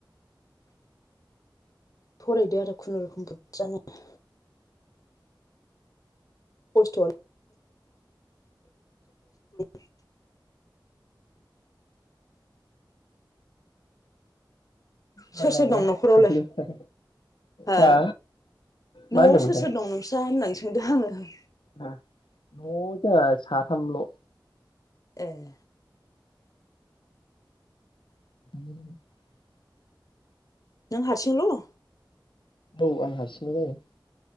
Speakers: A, on the left; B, on the left.
A: फरायदो आरो खुनुरुखुम बुदजानो । खस्थ'आ <unintelligible>
B: जानो
A: सोर
B: नागिरा
A: सोर दं न'खरावलाय
B: प्रब्लेमा
A: हा
B: मा होनदोंमोन
A: न'आव सोर सोर दं नस्रा होन थोंदो हांयो ।
B: न'आव जोंहा साथामल'
A: ए ।
B: <unintelligible>
A: नों हारसिंल'?
B: औ आं हारसिङनो जायो